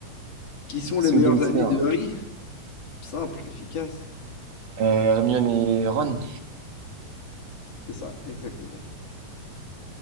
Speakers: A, on the left; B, on the right.
A: Qui sont
B: C'est
A: les meilleurs
B: quel
A: Bon.
B: expert.
A: amis de
B: hein.
A: Harry? Simple, efficace.
B: Euh, Hermione et Ron.
A: C'est ça, exactement.